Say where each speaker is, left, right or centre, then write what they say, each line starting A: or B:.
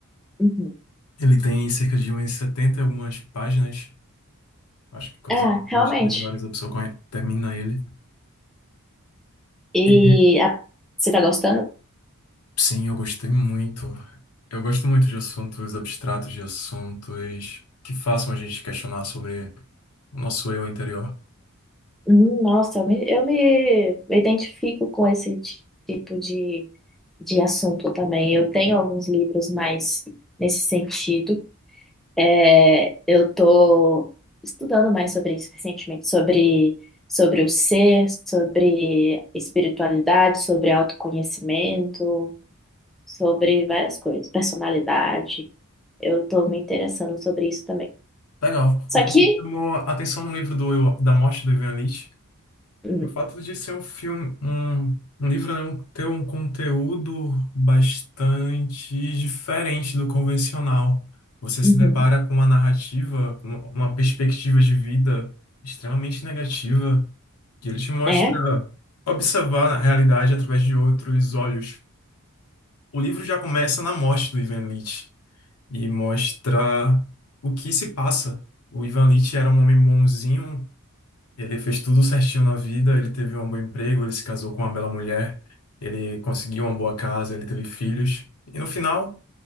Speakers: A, in the centre; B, on the left.
A: Uhum.
B: Ele tem cerca de umas 70 e algumas páginas. Acho que coisa
A: Ah,
B: de
A: realmente.
B: duas, três horas a pessoa conhe- termina ele.
A: E
B: E
A: a- você tá gostando?
B: sim, eu gostei muito. Eu gosto muito de assuntos abstratos, de assuntos que façam a gente questionar sobre o nosso eu interior.
A: Hum, Nossa, eu me, eu me me identifico com esse ti- tipo de, de assunto também. Eu tenho alguns livros mais nesse sentido. É, eu tô estudando mais sobre isso recentemente, sobre, sobre o ser, sobre espiritualidade, sobre autoconhecimento, sobre várias coisas, personalidade. Eu tô me interessando sobre isso também.
B: Legal.
A: Só
B: O que
A: que.
B: me chamou a atenção no livro do Eu- da morte do Ivan Lit
A: hum,
B: O fato de ser um filme, um, um livro, né, um- ter um conteúdo bastante diferente do convencional. Você se
A: uhum,
B: depara com uma narrativa, com uma perspectiva de vida extremamente negativa, que ele te mostra
A: é.
B: observar a realidade através de outros olhos. O livro já começa na morte do Ivan Lit e mostra o que se passa. O Ivan Lit era um homem bonzinho, ele fez tudo certinho na vida, ele teve um bom emprego, ele se casou com uma bela mulher, ele conseguiu uma boa casa, ele teve filhos. E no final,